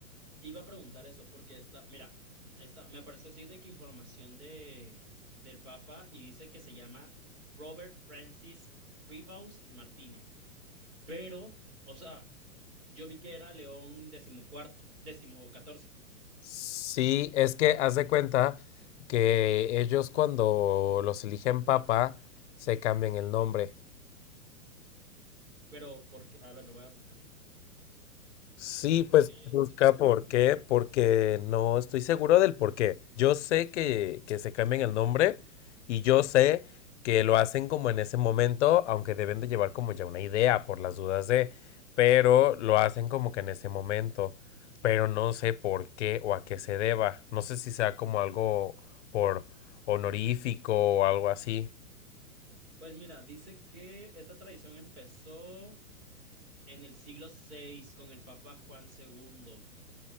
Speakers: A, on the right; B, on the left.
A: Iba a preguntar eso, porque está, mira, está, me apareció así de que información de, del Papa y dice que se llama Robert Francis Prevost Martínez. Pero, o sea, yo vi que era León decimocuarto, decimocatorce.
B: Sí, es que haz de cuenta que ellos cuando los eligen papa se cambian el nombre.
A: Pero, porque, a ver, lo voy a buscar.
B: Sí, pues
A: Porque
B: busca
A: se cambió el
B: por
A: nombre.
B: qué, porque no estoy seguro del por qué. Yo sé que, que se cambian el nombre y yo sé que lo hacen como en ese momento, aunque deben de llevar como ya una idea por las dudas de, pero lo hacen como que en ese momento, pero no sé por qué o a qué se deba. No sé si sea como algo por honorífico o algo así.
A: Pues mira, dice que esta tradición empezó en el siglo VI con el Papa Juan segundo.